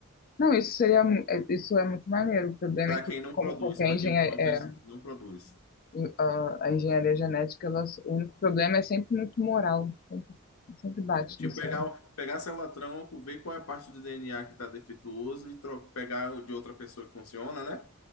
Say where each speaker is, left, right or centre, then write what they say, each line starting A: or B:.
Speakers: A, on the left; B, on the left.
A: Não, isso seria, mu- é- isso é muito maneiro. O problema
B: Para
A: é que,
B: quem não
A: como
B: produz,
A: qualquer
B: para
A: engenharia,
B: quem o pâncreas
A: é,
B: não produz.
A: em- a, a engenharia genética, ela, o único problema é sempre muito moral. Sempre, sempre bate
B: É, tipo
A: nisso.
B: pegar,
A: né?
B: o- pegar célula tronco, ver qual é a parte do DNA que está defeituoso e tro- pegar o de outra pessoa que funciona, né?